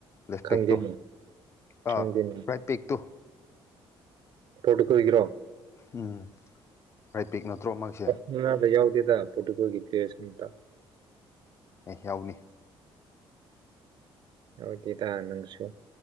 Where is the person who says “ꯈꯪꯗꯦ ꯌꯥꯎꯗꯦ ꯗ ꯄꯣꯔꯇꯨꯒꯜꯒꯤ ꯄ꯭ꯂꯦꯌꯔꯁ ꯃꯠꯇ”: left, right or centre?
Right